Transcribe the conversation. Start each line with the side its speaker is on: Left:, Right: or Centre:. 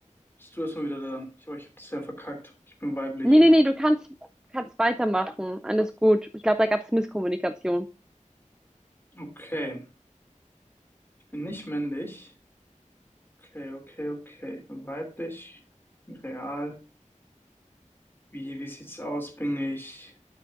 Left: bist du erstmal wieder dran. Ich, aber ich habe das ja verkackt. Ich bin weiblich.
Centre: Nee, nee, nee, du kannst, kannst weitermachen. Alles gut. Ich glaube, da gab es Misskommunikation.
Left: Okay, ich bin nicht männlich. Okay, okay, okay. Ich bin weiblich. Real. Wie, wie sieht's aus? Bin ich